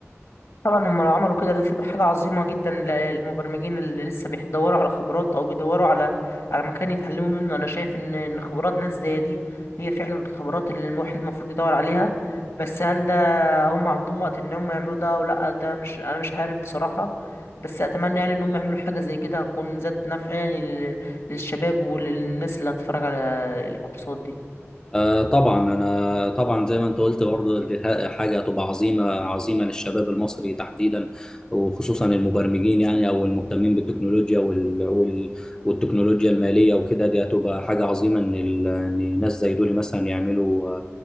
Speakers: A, on the left; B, on the left.
A: طبعا هم لو عملوا كده ده تبقى حاجة عظيمة جدا للمبرمجين اللي لسه بيدوروا على خبرات او بيدوروا على على مكان يتعلموا منه انا شايف ان ان خبرات ناس زي دي هي فعلا الخبرات اللي الواحد المفروض يدور عليها بس هل ده هم عندهم وقت ان هم يعملوا ده او لا ده مش انا مش عارف بصراحة بس اتمنى يعني ان هم يعملوا حاجة زي كده هتكون ذات نفع يعني لل- للشباب وللناس اللي هتتفرج على الكورسات دي
B: آه طبعا انا طبعا زي ما انت قلت برضه دي ه- حاجه هتبقى عظيمه عظيمه للشباب المصري تحديدا وخصوصا المبرمجين يعني او المهتمين بالتكنولوجيا وال وال والتكنولوجيا الماليه وكده دي هتبقى حاجه عظيمه ان ال- ان ناس زي دول مثلا يعملوا